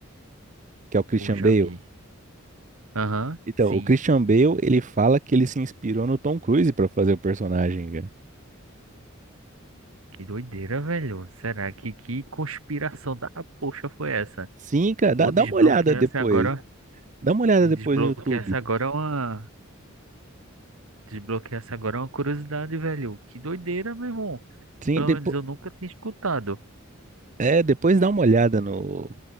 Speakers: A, on the right; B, on the right.
A: que é o Christian
B: Ou já
A: Bale.
B: vi. Aham,
A: Então,
B: sim.
A: o Christian Bale, ele fala que ele se inspirou no Tom Cruise pra fazer o personagem,
B: Que doideira, velho. Será que que conspiração da poxa foi essa?
A: Sim, cara, dá,
B: Ou
A: dá
B: desbloquear-se
A: uma olhada depois.
B: agora.
A: Dá uma olhada
B: Desbloquear-se
A: depois no YouTube.
B: agora é uma. Desbloquear-se agora é uma curiosidade, velho. Que doideira, meu irmão.
A: Sim,
B: Pelo
A: depois,
B: menos eu nunca tinha escutado.
A: é, depois dá uma olhada no,